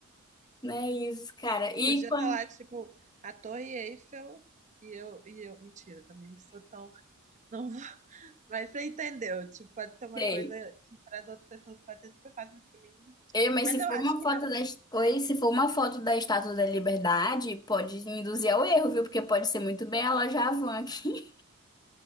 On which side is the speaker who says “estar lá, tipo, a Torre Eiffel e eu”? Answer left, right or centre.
Right